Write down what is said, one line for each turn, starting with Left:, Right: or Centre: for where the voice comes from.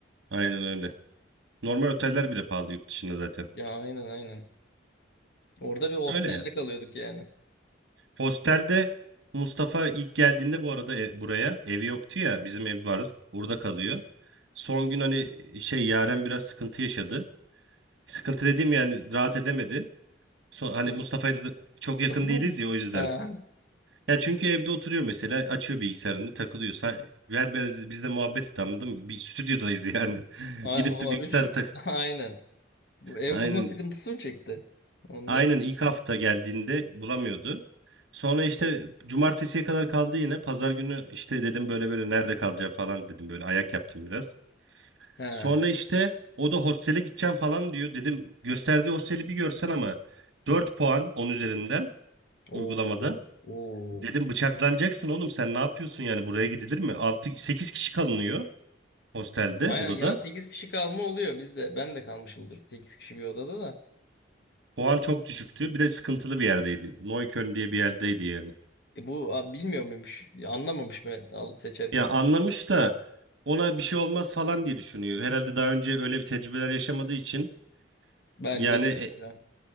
Right: aynen öyle. Normal oteller bile pahalı yurt dışında zaten.
Left: Ya aynen aynen. Orada bir hostelde
Right: Öyle ya.
Left: kalıyorduk yani.
Right: Hostelde Mustafa ilk geldiğinde bu arada ev- buraya evi yoktu ya bizim ev var burada kalıyor. Son gün hani şey Yaren biraz sıkıntı yaşadı. Sıkıntı dediğim yani rahat edemedi.
Left: <laughs>
Right: Son,
Left: Mustafa,
Right: hani Mustafa'ya da çok
Left: Mustafa
Right: yakın değiliz
Left: mı?
Right: ya o yüzden.
Left: Ha.
Right: Ya çünkü evde oturuyor mesela açıyor bilgisayarını takılıyor. Sen, ver biz, biz muhabbet et anladın mı? Bir stüdyodayız yani. <laughs>
Left: A-
Right: Gidip
Left: o
Right: de bilgisayarı
Left: üç.
Right: tak.
Left: <laughs> Aynen. Bu ev
Right: Aynen
Left: bulma sıkıntısı mı çekti? Ondan
Right: Aynen
Left: mı?
Right: ilk hafta geldiğinde bulamıyordu. Sonra işte cumartesiye kadar kaldı yine. Pazar günü işte dedim böyle böyle nerede kalacağım falan dedim böyle ayak yaptım biraz.
Left: Ha.
Right: Sonra işte o da hostele gideceğim falan diyor. Dedim gösterdiği hosteli bir görsen ama 4 puan 10 üzerinden uygulamada.
Left: Oo. Oo.
Right: Dedim bıçaklanacaksın oğlum sen ne yapıyorsun yani buraya gidilir mi? 6 8 kişi kalınıyor hostelde
Left: Aynen
Right: odada.
Left: ya 8 kişi kalma oluyor. Biz de ben de kalmışımdır 8 kişi bir odada da.
Right: Puan çok düşüktü. Bir de sıkıntılı bir yerdeydi. Neukölln diye bir yerdeydi yani.
Left: E bu abi, bilmiyor muymuş? Ya, Anlamamış mı al- seçerken?
Right: Ya anlamış da ona bir şey olmaz falan diye düşünüyor. Herhalde daha önce öyle bir tecrübeler yaşamadığı için
Left: Bence
Right: yani
Left: de
Right: e-
Left: kanka.